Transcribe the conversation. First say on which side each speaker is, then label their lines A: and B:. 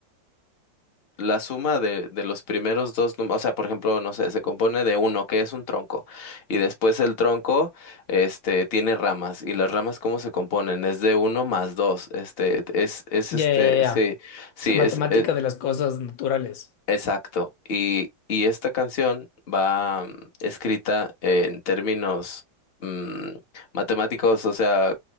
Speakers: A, on the left; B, on the left.
A: la suma de, de los primeros dos, num- o sea, por ejemplo, no sé, se compone de uno, que es un tronco, y después el tronco, este, tiene ramas, y las ramas, ¿cómo se componen? Es de uno más dos, este, es, es
B: Ya,
A: este,
B: ya, ya.
A: sí, sí,
B: O sea, matemática
A: es, es,
B: de las cosas naturales.
A: Exacto. Y, y esta canción va mm, escrita en términos mm, matemáticos, o sea,